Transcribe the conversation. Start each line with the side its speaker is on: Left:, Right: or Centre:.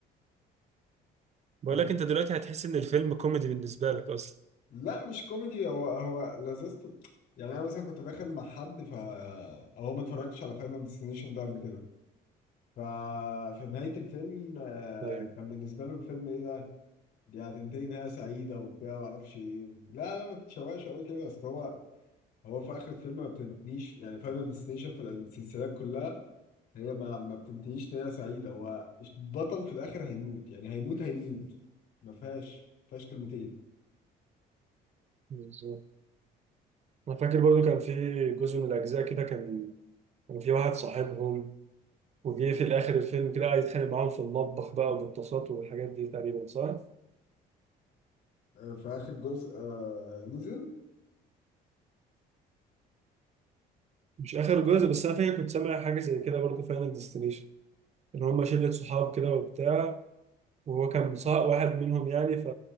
Right: بقول
Left: انا
Right: لك انت دلوقتي هتحس ان الفيلم كوميدي بالنسبه لك اصلا
Left: لا مش كوميدي هو هو لذته يعني انا مثلا كنت داخل مع حد فهو ما اتفرجتش على فاينل ديستنيشن ده قبل كده ف... في نهاية الفيلم آه،
Right: ايوه
Left: كان بالنسبة له الفيلم ايه ده؟ دي هتنتهي نهاية سعيدة وبتاع ومعرفش ايه لا لا ما تتشوقش قوي كده اصل هو هو في آخر الفيلم ما بتنتهيش يعني فاينل ديستنيشن في السلسلات كلها هي ما ما بتنتهيش نهاية سعيدة هو البطل في الآخر هيموت يعني هيموت هيموت ما فيهاش ما فيهاش كلمتين
Right: بالظبط انا فاكر برضو كان في جزء من الاجزاء كده كان كان في واحد صاحبهم وجه في الاخر الفيلم كده قاعد يتخانق معاهم في المطبخ بقى وبالطاسات والحاجات دي تقريبا صح؟
Left: آه، في آخر جزء آه، نزل
Right: مش اخر جزء بس انا فاكر كنت سامع حاجه زي كده برضو فاينل ديستنيشن ان هم شله صحاب كده وبتاع وهو كان مصاحب واحد منهم يعني ف-